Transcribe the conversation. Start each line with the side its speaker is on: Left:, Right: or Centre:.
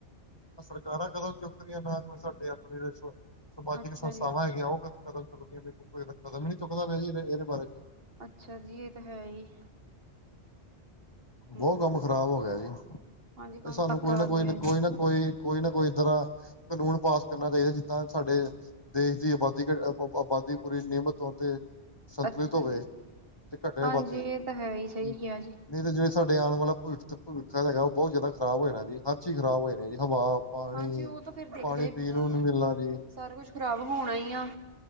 Left: ਸਰਕਾਰਾਂ ਕਦਮ ਚੁੱਕ ਰਹੀਆਂ, ਨਾ ਕੋਈ ਸਾਡੇ ਆਪਣੇ ਜਿਹ ਸਮਾਜਿਕ
Right: ਅੱਛਾ
Left: ਸੰਸਥਾਵਾਂ
Right: ਜੀ
Left: ਹੈਗੀਆਂ ਓ ਕ ਕਦਮ ਚੁੱਕਦੀਆਂ, ਕਦਮ ਨੀ ਚੁੱਕਦਾ ਪਿਆ ਜੀ ਏਹਦੇ ਬਾਰੇ।
Right: ਅੱਛਾ ਜੀ, ਏ ਤਾ ਹੈ ਈ।
Left: ਬੋਤ
Right: ਹਮ
Left: ਕੰਮ ਖ਼ਰਾਬ ਹੋ ਗਿਆ ਜੀ,
Right: ਹਾਂਜੀ ਕੰਮ
Left: ਏ ਸਾਨੂੰ
Right: ਤਾਂ ਖ਼ਰਾਬ
Left: ਕੋਈ ਨਾ ਕੋਈ,
Right: ਹੀ ਹੈ
Left: ਕੋਈ ਨਾ ਕੋਈ ਕੋਈ ਨਾ ਕੋਈ ਏਧਰ ਕਾਨੂੰਨ ਪਾਸ ਕਰਨਾ ਚਾਹੀਦਾ, ਜਿੱਦਾਂ ਸਾਡੇ ਦੇਸ਼ ਦੀ ਆਬਾਦੀ, ਆਬਾਦੀ ਪੂਰੀ ਨਿਯਮਤ ਤੌਰ ਤੇ ਸੰਤੁਲਿਤ
Right: ਅੱਛਾ
Left: ਹੋਵੇ
Right: ਜੀ
Left: ਤੇ ਘਟੇ
Right: ਹਾਂਜੀ
Left: ਆਬਾਦੀ, ਹੂੰ
Right: ਇਹ ਤਾਂ ਹੈ ਹੀ ਸਹੀ ਕਿਹਾ ਜੀ
Left: ਨਈ ਤਾਂ ਜੇੜੇ ਸਾਡੇ ਆਣ ਵਾਲਾ ਭਵਿੱਖਤ ਭਵਿੱਖ ਹੈਗਾ ਓ ਬੋਤ ਜ਼ਿਆਦਾ ਖਰਾਬ ਹੋ ਜਾਣਾ ਜੀ, ਹਰ ਚੀਜ਼ ਖਰਾਬ ਹੋ ਜਾਣੀ ਜੀ ਹਵਾ ਪਾਣੀ-ਪਾਣੀ
Right: ਹਾਂਜੀ ਉਹ ਤਾਂ ਫਿਰ ਦੇਖਦਾ ਹੀ
Left: ਪੀਣ
Right: ਪਿਆ
Left: ਨੂੰ
Right: ਵਾ
Left: ਨੀ ਮਿਲਣਾ ਜੀ।
Right: ਸਾਰਾ ਕੁਛ ਖ਼ਰਾਬ ਹੋਣਾ ਈ ਆ।